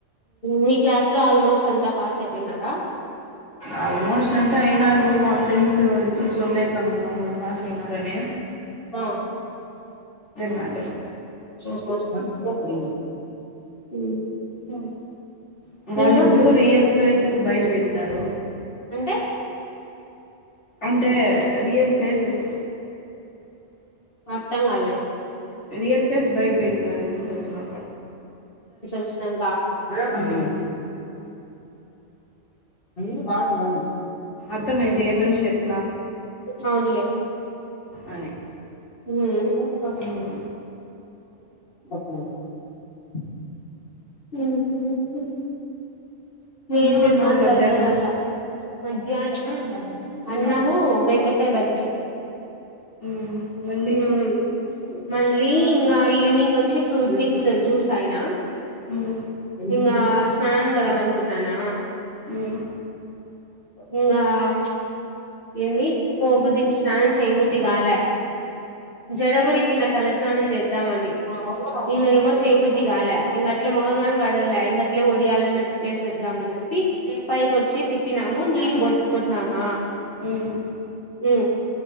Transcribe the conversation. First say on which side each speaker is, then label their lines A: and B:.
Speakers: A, on the left; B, on the left.
A: మీ క్లాస్ లో ఆల్మోస్ట్ అంతా పాస్ అయిపోయినారా
B: ఆల్మోస్ట్ అంటే అయినారు మా ఫ్రెండ్స్ ఎచ్చులు చూల్లేక నఉన్నా వాళ్ళు పాసయినారని
A: ఆ
B: మ్యాటర్
A: <inaudible>
B: వాళ్ళిప్పుడుూ
A: ఇంగా
B: రియల్ ఫేసెస్ బయట పెట్టినారు
A: అంటే
B: అంటే రియల్ ఫేసెస్
A: అర్థం కాల
B: రియల్ ఫేస్ బయట పెట్ మారేజేసి వచ్చినాక
A: సంగా <unintelligible> ఏ పంట
B: మ్మ్.
A: <unintelligible> అ బాధ <unintelligible>
B: అర్థమైంది ఏమని చెప్
A: అవునులే
B: అని
A: మఊ పో
B: మ్మ్.
A: ప <unintelligible> <inaudible> నేను
B: ఏం తిన్నావు
A: మర్నాడ్
B: మధ్యాహ్నం
A: బయల్దేరాల మధ్యాహ్నం అన్నము
B: మ్మ్.
A: బెండకాయ బజ్జి
B: మ్మ్. మళ్ళీ
A: ఉ మళ్ లీ ఇంగా ఈవెనింగ్ వచ్ చ్చి ఫ్రూట్ మిక్స్ జ్యూస్ తాగినా
B: మ్మ్.
A: ఇంగా స్నానం పోదామని కున్నానా
B: మ్మ్.
A: ఇంగా <unintelligible> ఏంది పో బుద్ధి స్నానం చేయబుద్ధి కాలే జడ గుడ ఇప్పిన తల స్నానం చేద్దామని ఇం ఏమో చేయబ చేయబుద్. ద్ది కాలే ఇంక అట్లే ముఖం గానీ కడగలే ఇంకా ట్లే వడియాలన్నా చి వేసేద్దామని విప్పి ఏ పైకొచ్చి తిప్పిన ముంద్ నీళ్ కొ కొట్నమా
B: ఇంకా
A: హు